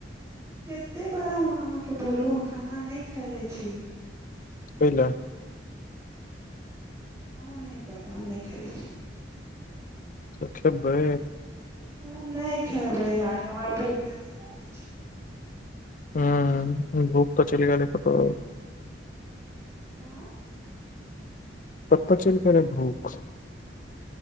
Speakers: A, on the right (about 15°); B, on the left (about 45°).
A: कतेक बार हम अहाँकेँ बोलू हम खाना नहि खायले छी
B: पहिल
A: हमरा नहि पता हम नहि खेलै छी
B: सु खबे
A: हँ नहि खाबै जे हमरा भूखे नहि लागै छै
B: ह भूप तऽ चलि गेल फटो
A: क्य
B: तत्त चल कर भू <unintelligible>